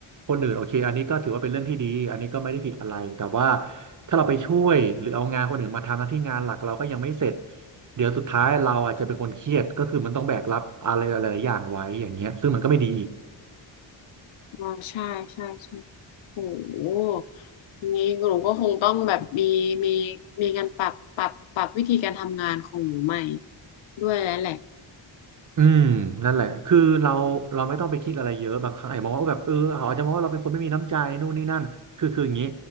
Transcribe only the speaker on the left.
อ๋อใช่ใช่ใช่โอ้โหอย่างนี้หนูก็คงต้องแบบมีมีมีการปรับปรับปรับวิธีการทำงานของหนูใหม่ด้วยแล้วแหละ